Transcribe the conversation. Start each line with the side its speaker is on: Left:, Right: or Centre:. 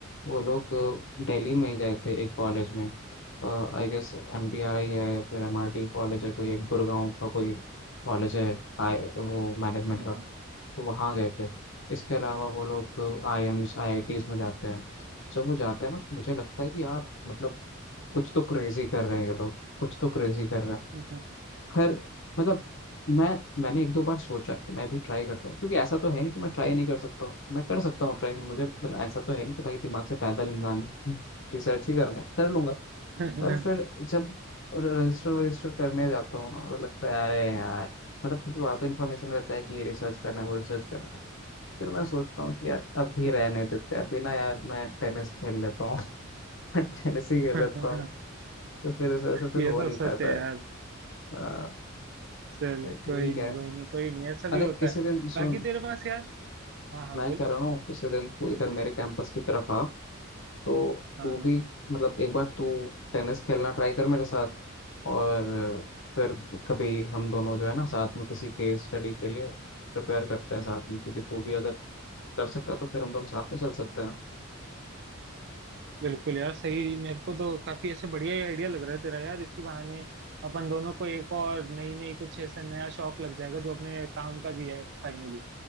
Left: वो लोग अ, दिल्ली में ही गए थे एक कॉलेज में I guess M T R I है या फिर एम आर टी कॉलेज है कोई एक गुड़गांव का कोई कॉलेज है आई वो मैनेजमेंट
Right: हाँ
Left: का तो वहाँ गए थे इसके अलावा वो लोग AIIMS IITs में जाते हैं जब वो जाते हैं ना तो मुझे लगता है कि यार मतलब कुछ तो क्रेजी कर रहे हैं ये लोग कुछ तो क्रेजी कर रहे हैं
Right: हाँ
Left: खैर मतलब मैं मैंने एक दो बार सोचा है कि मैं भी ट्राई करता हूँ क्योंकि ऐसा तो है नहीं कि मैं ट्राई नहीं कर सकता हूँ मैं कर सकता हूँ ट्राई मुझे मतलब ऐसा तो है नहीं कि भाई दिमाग से पैदल इंसान है रिसर्च ही करना है कर लूंगा
Right: <laughs>
Left: पर फिर जब रजिस्टर वजिस्टर करने जाता हूँ ना और लगता है अरे यार मतलब क्योंकि वहाँ तो इन्फॉर्मेशन रहता है कि ये रिसर्च करना है वो रिसर्च करना है फिर मैं सोचता हूँ कि यार अभी रहने देते हैं अभी ना यार मैं टेनिस खेल लेता हूँ <laughs> टेनिस ही खेल
Right: सा
Left: लेता हूँ तो फिर इस वजह से फिर
Right: ये
Left: हो
Right: तो
Left: नहीं
Right: सच
Left: पाता
Right: है यार
Left: है आ,
Right: चल
Left: तो ठीक
Right: कोई नहीं
Left: है
Right: कोई नहीं कोई नहीं ऐसा भी
Left: अरे
Right: होता
Left: किसी
Right: है
Left: दिन सुन
Right: बाकी तेरे पास यार हाँ हाँ
Left: मैं
Right: बोल
Left: कह रहा हूँ किसी दिन तू इधर मेरे कैंपस की तरफ आ तो
Right: हाँ
Left: तू
Right: हाँ,
Left: भी मतलब एक बार तू टेनिस खेलना ट्राई कर मेरे साथ और फिर कभी हम दोनों जो है ना साथ में किसी केस स्टडी के लिए प्रिपेयर करते हैं साथ में क्योंकि तू भी अगर कर सकता है तो फिर हम दोनों साथ में चल सकते हैं
Right: बिल्कुल यार सही मेरे को तो काफी ऐसे बढ़िया ही आइडिया लग रहा है तेरा यार इसी बहाने अपन दोनों को एक और नई नई कुछ ऐसा नया शौक लग जाएगा जो अपने काम का भी है फाइनली